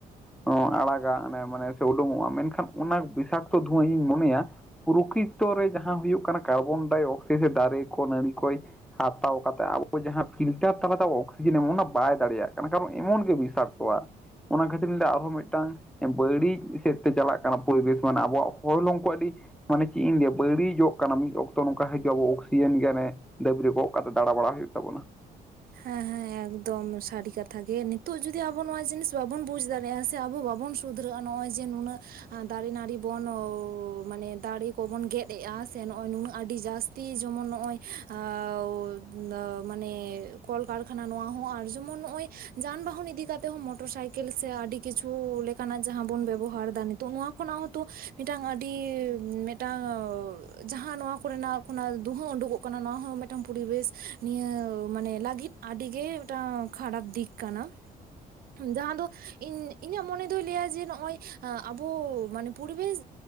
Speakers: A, in the centre; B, on the right.
A: ᱦᱚᱸ ᱟᱲᱟᱜᱟ ᱥᱮ ᱩᱰᱩᱝᱚᱜᱼᱟ ᱢᱮᱱᱠᱷᱟᱱ ᱚᱱᱟ ᱵᱤᱥᱟᱠᱛᱚ ᱫᱷᱩᱣᱟᱹ ᱤᱧᱤᱧ ᱢᱚᱱᱮᱭᱟ ᱯᱨᱚᱠᱤᱛᱚ ᱨᱮ ᱡᱟᱦᱟᱸ ᱦᱩᱭᱩᱜ ᱠᱟᱱᱟ ᱠᱟᱨᱵᱚᱱᱰᱟᱭ-ᱚᱠᱥᱟᱭᱤᱰ ᱫᱟᱨᱮ ᱠᱚ ᱱᱟᱹᱲᱤ ᱠᱚᱭ ᱦᱟᱛᱟᱣ ᱠᱟᱛᱮ ᱟᱵᱚ ᱡᱟᱦᱟᱸ ᱯᱷᱤᱞᱴᱟᱨ ᱛᱟᱞᱟ ᱛᱟᱵᱚᱱ ᱠᱷᱤᱡᱤᱞᱤ ᱚᱱᱟ ᱵᱟᱭ ᱫᱟᱲᱮᱭᱟᱜ ᱠᱟᱱᱟ ᱠᱟᱨᱚᱱ ᱮᱢᱚᱱ ᱜᱮ ᱵᱤᱥᱟᱠᱛᱚᱼᱟ ᱚᱱᱟ ᱠᱷᱟᱴᱤᱞᱫᱟ ᱟᱵᱚ ᱢᱤᱫᱴᱟᱝ ᱵᱟᱹᱲᱤᱡ ᱥᱮᱫ ᱛᱮ ᱪᱟᱞᱟᱜ ᱠᱟᱱᱟ ᱯᱚᱨᱤᱵᱮᱥ ᱢᱟᱱᱮ ᱟᱵᱚᱣᱟᱜ ᱦᱚᱭᱞᱚᱝ ᱠᱚ ᱟᱹᱰᱤ ᱢᱟᱱᱮ ᱪᱮ ᱤᱧ ᱞᱟᱹᱭᱟ ᱵᱟᱹᱲᱤ ᱡᱚᱜ ᱚᱱᱠᱟᱱᱟᱜ ᱢᱤᱫ ᱚᱠᱛᱚ ᱱᱚᱝᱠᱟ ᱦᱤᱡ ᱟᱵᱚ ᱚᱠᱥᱤᱡᱮᱱ ᱜᱮᱭᱟᱱᱮ ᱫᱟᱹᱵᱤ ᱨᱮ ᱜᱚᱜ ᱠᱟᱛᱮ ᱫᱬᱟ ᱵᱟᱲᱟ ᱦᱩᱭᱩᱜ ᱛᱟᱵᱚᱱᱟ
B: ᱦᱮᱸᱦᱮᱸ ᱮᱠᱫᱚᱢ ᱥᱟᱹᱨᱤ ᱠᱟᱛᱷᱟ ᱜᱮ ᱱᱤᱛᱚᱜ ᱡᱩᱫᱤ ᱟᱵᱚ ᱱᱚᱣᱟ ᱡᱤᱱᱤᱥ ᱵᱟᱵᱚᱱ ᱵᱩᱡ ᱫᱟᱲᱮᱭᱟᱜᱼᱟ ᱥᱮ ᱟᱵᱚ ᱵᱟᱵᱚᱱ ᱥᱩᱫᱷᱨᱟᱹᱜᱼᱟ ᱱᱚᱭ ᱡᱮ ᱱᱩᱱᱟᱹᱜ ᱫᱟᱨᱮ ᱱᱟᱹᱲᱤ ᱵᱚᱱ ᱢᱟᱱᱮ ᱫᱟᱨᱮ ᱠᱚᱵᱚᱱ ᱜᱮᱫ ᱮᱼᱟ ᱥᱮ ᱱᱚᱜᱼᱚᱭ ᱱᱩᱱᱟᱹᱜ ᱟᱹᱰᱤ ᱡᱟᱹᱥᱛᱤ ᱡᱮᱢᱚᱱ ᱱᱚᱜᱼᱚᱭ <unintelligible> ᱱᱩᱱᱟᱹᱣ ᱢᱟᱱᱮ ᱠᱚᱞᱠᱟᱨᱠᱷᱟᱱᱟ ᱱᱚᱣᱟ ᱦᱚᱸ ᱟᱨ ᱡᱚᱢᱚᱱ ᱱᱚᱜᱼᱚᱭ ᱡᱟᱱᱵᱟᱦᱚᱱ ᱤᱫᱤ ᱠᱟᱛᱮ ᱦᱚᱸ ᱢᱚᱴᱚᱨ ᱥᱟᱭᱠᱮᱞ ᱥᱮ ᱟᱹᱰᱤ ᱠᱤᱪᱷᱩ ᱠᱟᱱᱟ ᱡᱟᱦᱟᱸ ᱵᱚᱱ ᱵᱮᱵᱚᱦᱟᱨ ᱮᱫᱟ ᱱᱤᱛᱚᱜ ᱱᱚᱣᱟ ᱠᱷᱚᱱᱟᱜ ᱦᱚᱸ ᱛᱚ ᱢᱤᱫᱴᱟᱝ ᱟᱹᱰᱤ ᱢᱤᱫᱴᱟᱣ ᱡᱟᱦᱟᱸ ᱱᱚᱣᱟ ᱠᱚᱨᱮᱱᱟᱜ ᱠᱷᱚᱱᱟᱜ ᱫᱩᱸᱦᱟᱹᱣ ᱩᱰᱩᱠᱚᱜ ᱠᱟᱱᱟ ᱱᱚᱣᱟ ᱦᱚᱸ ᱢᱤᱫᱴᱟᱝ ᱯᱚᱨᱤᱵᱮᱥ ᱱᱤᱭᱟᱹ ᱢᱟᱱᱮ ᱞᱟᱹᱜᱤᱫ ᱟᱹᱰᱤ ᱜᱮ ᱢᱤᱫᱴᱟᱝ ᱠᱷᱟᱨᱟᱯ ᱫᱤᱠ ᱠᱟᱱᱟ ᱡᱟᱦᱟᱸ ᱫᱚ ᱤᱧ ᱤᱧᱟᱹᱜ ᱢᱚᱱᱮ ᱫᱚᱭ ᱞᱟᱹᱭᱟ ᱡᱮ ᱱᱚᱜᱼᱚᱭ ᱟᱵᱚ ᱢᱟᱱᱮ ᱯᱚᱨᱤᱵᱮᱥ